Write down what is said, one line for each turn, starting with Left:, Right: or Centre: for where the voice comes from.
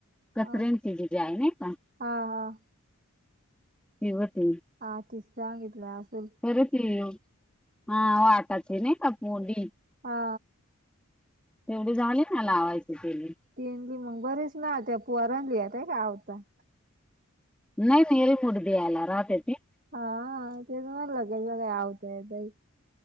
Centre: कचऱ्यांची
Right: अ
Centre: जिजाई नाई का?,
Right: हा हा
Centre: ती होती.
Right: आ तिस सांगितलं आसल.
Centre: खरतेयो आ वाटाची नाहीका पूडी?
Right: आ
Centre: एवढी झालीत ना लावायची तेले.
Right: तेनली मंग बरेच ना त्या पोराणला येताहावता.
Centre: नाइ नाइ रेमुरड्याला राहाता ते.
Right: आ तेच म्हणलं कसकाय आवतायतय?